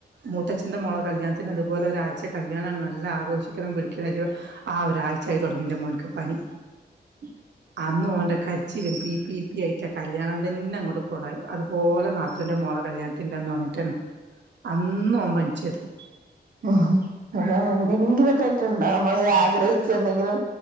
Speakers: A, on the right; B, on the right.
A: മൂത്തച്ഛന്റെ മോള കല്യാണത്തിന് അതുപോലെ ഒരാഴ്ച്ച കല്യാണാണ് നല്ല ആഘോഷിക്കണം പിടിക്കണം നീച്ചപ്പം ആ ഒരാഴ്ചായി തുടങ്ങിന്റെ മോൻക്ക് പനി.
B: <inaudible>
A: അന്ന് ഓന്റെ കരിച്ചിലും പി പി പി ആയിട്ട് ആ കല്യാണം അതന്നെങ്ങോട്ട് കൊളായി അതുപോലെ നാത്തൂൻന്റെ മോള കല്യാണത്തിന്റെന്നും അങ്ങൻതന്നെ അന്ന് ഓൻ പനിച്ചടന്നു
B: ഉം അതാണ് എന്തെങ്കിലുമൊക്കെ ആയിട്ട്ുണ്ടാവും മ ആഗ്രഹിച്ച എന്തെങ്കിലും